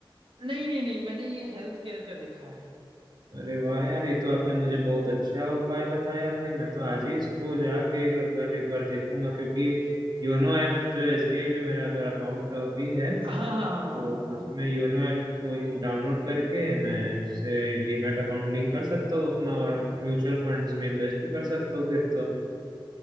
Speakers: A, on the right; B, on the right.
A: नहीं नहीं नहीं मैंने ये हेल्थ केयर का देखा है
B: अरे वाह यार ये तो आपने मुझे बहुत अच्छा उपाय बताया भाई मैं तो आज ही इसको जाके अगर एक बार देखूंगा क्योंकि योनो ऐप जो एसबीआई में मेरा अगर अकाउंट अभी है
A: हाँ हाँ हाँ
B: तो
A: हाँ हाँ हाँ।
B: उसमें योनो ऐप को डाउनलोड करके मैं उससे डीमैट अकाउंट लिंक कर सकता हूँ अपना और म्यूचुअल फंड्स में इन्वेस्ट भी कर सकता हूँ फिर तो